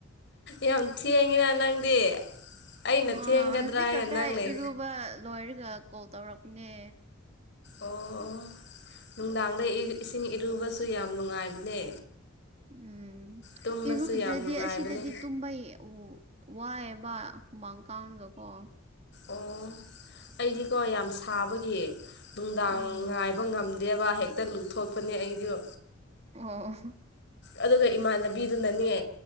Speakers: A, on the left; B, on the right.
A: ꯌꯥꯝ ꯊꯦꯡꯉꯤꯅ ꯅꯪꯗꯤ ꯑꯩꯅ
B: ꯑ
A: ꯊꯦꯡꯒꯗ꯭ꯔꯥ
B: ꯍꯧꯖꯤꯛꯀꯗꯥ
A: ꯍꯥꯏꯅ ꯅꯪ ꯂꯩ
B: ꯏꯔꯨꯕ ꯂꯣꯏꯔꯒ ꯀꯣꯜ ꯇꯧꯔꯛꯄꯅꯦ
A: ꯑꯣ ꯅꯨꯡꯗꯥꯡꯗ ꯏꯁꯤꯡ ꯏꯔꯨꯕꯁꯨ ꯌꯥꯝ ꯅꯨꯡꯉꯥꯏꯕꯅꯦ
B: ꯎꯝ
A: ꯇꯨꯝꯕꯁꯨ
B: ꯏꯔꯨꯗ꯭ꯔꯗꯤ
A: ꯌꯥꯝ ꯅꯨꯡꯉꯥꯏꯕꯅꯦ
B: ꯑꯁꯤꯗꯗꯤ ꯇꯨꯝꯕꯩ ꯎ ꯋꯥꯑꯦꯕ ꯃꯪ ꯀꯥꯒꯀꯣ
A: ꯑꯣ ꯑꯩꯗꯤꯀꯣ ꯌꯥꯝ ꯁꯥꯕꯒꯤ ꯅꯨꯡꯗꯥꯡ
B: ꯎꯝ
A: ꯉꯥꯏꯕ ꯉꯝꯗ ꯗꯦꯕ ꯍꯦꯛꯇ ꯂꯨꯞꯊꯣꯛꯄꯅꯦ ꯑꯩꯗꯣ
B: ꯑꯣ
A: ꯑꯗꯨꯒ ꯏꯃꯥꯟꯅꯕꯤꯗꯨꯅꯅꯦ